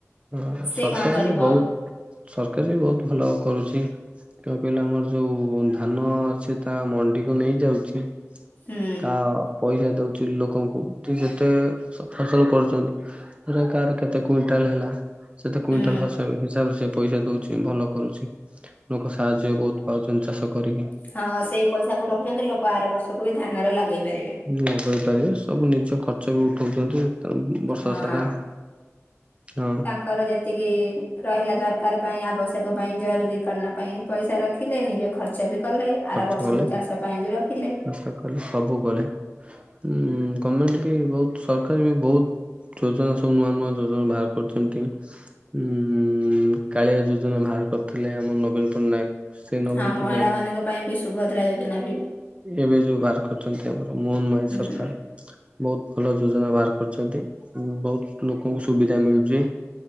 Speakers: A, on the right; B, on the left.
A: ହଁ
B: ସେ
A: ସରକାର
B: କଣ କରିବ
A: ବି ବହୁତ ସରକାର ବି ବହୁତ ଭଲ କରୁଛି। କଣ କହିଲେ ଆମର ଯୋଉ ଧାନ ଅଛି ତା ମଣ୍ଡିକୁ ନେଇଯାଉଛି
B: ହୁଁ
A: ତା ପଇସା ଦଉଛି ଲୋକଙ୍କୁ ଯେ ଯେତେ ଫସଲ କରୁଛନ୍ତି। କାହାର କେତେ କୁଇଣ୍ଟାଲ ହେଲା ସେତେ କୁଇଣ୍ଟାଲ
B: ହୁଁ
A: ହସାବ ହିସାବରେ ସେ ପଇସା ଦଉଛି। ଭଲ କରୁଛି ଲୋକ ସାହାଯ୍ୟ ବହୁତ ପାଉଛନ୍ତି ଚାଷ କରିକି।
B: ହଁ ସେଇ ପଇସାକୁ ରଖୁଛନ୍ତି ଲୋକ ଆର ବର୍ଷକୁ ବି ଧାନରେ ଲଗେଇ ପାରିବେ।
A: <unintelligible> ସବୁ ନିଜ ଖର୍ଚ୍ଚ ବି ଉଠୋଉଚନ୍ତି ତ ବର୍ଷ
B: ହଁ।
A: ସାରା ହଁ।
B: ତାଙ୍କର ଯେତିକି ରହିଲା ଦର୍ କାର ପାଇଁ ଆବଶ୍ୟକ ପାଇଁ ଜରୁରୀକାଳୀନ ପାଇଁ ପଇସା ରଖିଲେ ନିଜ ଖର୍ଚ୍ଚ ବି କଲେ
A: ଖର୍ଚ୍ଚ
B: ଆର ବର୍ଷକୁ
A: କଲେ
B: ଚାଷ ପାଇଁ ବି ରଖିଲେ।
A: ଚାଷ କଲେ ସବୁ ଗଲେ। ହୁଁ ଗମେଣ୍ଟ ବି ବୋହୁତ ସରକାର ବି ବୋହୁତ ଯୋଜନା ସବୁ ନୂଆ ନୂଆ ଯୋ ଭାର କରୁଚନ୍ତି। ଉଁହୁଁ କାଳିଆ ଯୋଜନା ବାହାର କରିଥିଲେ ଆମ ନବୀନ ପଟ୍ଟନାୟକ। ସେ ନବୀନ
B: ହଁ ମହିଳା
A: ପଟ୍ଟନାୟକ
B: ମାନଙ୍କ ପାଇଁ ବି ସୁଭଦ୍ରା ଯୋଜନା ବି।
A: ଏବେ ଯୋଉ ବାହାର କରଚନ୍ତି ଆମର ମୋହନ ମାଝୀ
B: ହୁଁ
A: ସରକାର। ବୋହୁତ ଭଲ ଯୋଜନା ବାହାର କରଚନ୍ତି ବୋହୁତ ଲୋକଙ୍କୁ ସୁବିଧା ମିଳୁଚି।